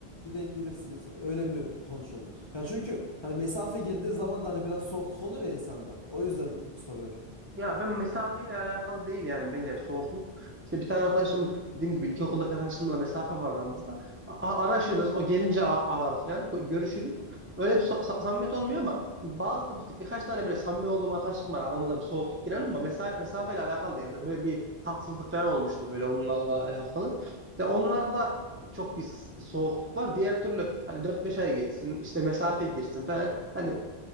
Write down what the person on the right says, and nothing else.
Ya ben mesafeyle alakalı değil yani bence soğukluk. İşte bir tane arkadaşım dediğim gibi ilkokuldaki arkadaşımla mesafe var aramızda. A- araşırız o gelince a- arar falan Ko- görüşürüz.
Öyle bir so- sa- samimiyet olmuyor ama bazı bir- birkaç tane böyle samimi olduğum arkadaşım var aramıza bir soğukluk giren ama mesa mesafeyle alakalı diye böyle bir tatsızlık falan olmuştu böyle onlarla alakalı. İşte onlarda çok bir s- soğukluk var. Diğer türlü hani dört beş ay geçsin işte mesafe girsin falan. Hani